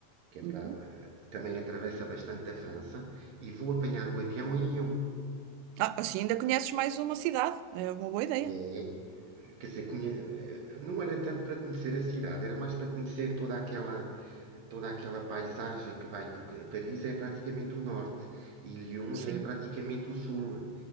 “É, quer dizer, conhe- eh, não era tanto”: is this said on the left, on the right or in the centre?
Right